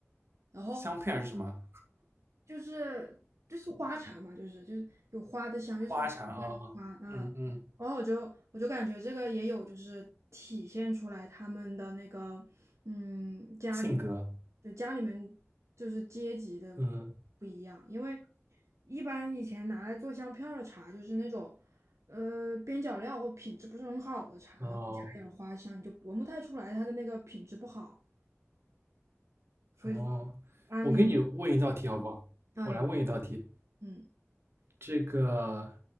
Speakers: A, on the right; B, on the right.
A: 然后
B: 香佩尔是什么？
A: 就是就是花茶嘛，就是就是有花的香，
B: 花茶啊啊，
A: 就是加了花，嗯，
B: 嗯嗯，
A: 然后我就我就感觉这个也有就是体现出来他们的那个嗯家里面
B: 性格，
A: 就家里面就是阶级的
B: 嗯
A: 不一样，因为一般以前拿来做香片儿的茶就是那种呃边角料或品质不是很好的茶，
B: 哦。
A: 然后加点儿花香，你就闻不太出来它的那个品质不好，所以说
B: 哦，
A: 安利
B: 我给你问一道题好不好？
A: 啊你
B: 我来问一道题，
A: 嗯
B: 这个